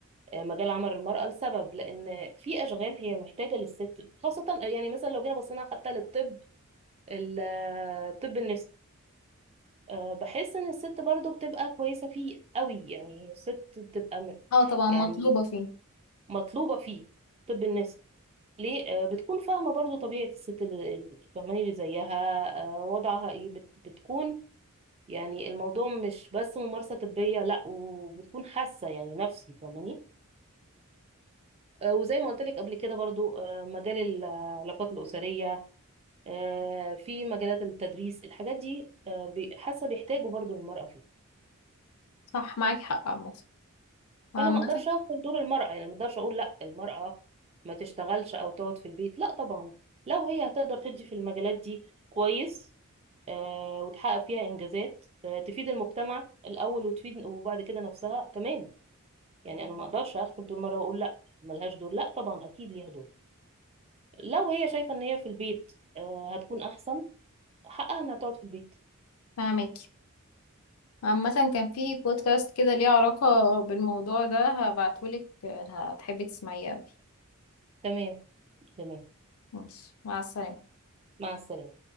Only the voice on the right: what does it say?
آه، مجال عمل المراه لسبب لان في اشغال هي محتاجه للست خاصه يعني مثلا لو جينا بصينا حتى للطب الطب النفسي آه، بحس ان الست برضو بتبقى كويسة فيه قوي يعني هي الست بتبقى م-
يعني
مطلوبة فيه طب النفسي ليه آه، بتكون فاهمة برضو طبيعة الست اللي اللي- فاهماني اللي زيها آه، وضعها ايه بت- بتكون يعني الموضوع مش بس ممارسة طبية لا وبتكون حاسة يعني نفسي فاهماني آه، وزي ما قلت لك قبل كده برضو آه، مجال العلاقات الأسرية آه، في مجالات التدريس الحاجات دي آه، بي- حاسة بيحتاجوا برضو للمرأة فيها
فانا ما اقدرش اغفل دور المرأة يعني ما اقدرش اقول لا المرأة ما تشتغلش او تقعد في البيت لا طبعا لو هي هتقدر تدي في المجالات دي كويس آه وتحقق فيها انجازات آه تفيد المجتمع الاول وتفيد وبعد كده نفسها تمام يعني انا ما اقدرش اغفل دور المرأة واقول لا ملهاش دور لا طبعا اكيد ليها دور لو هي شايفة ان هي في البيت آه هتكون احسن حقها انها تقعد في البيت
تمام تمام
مع السلامة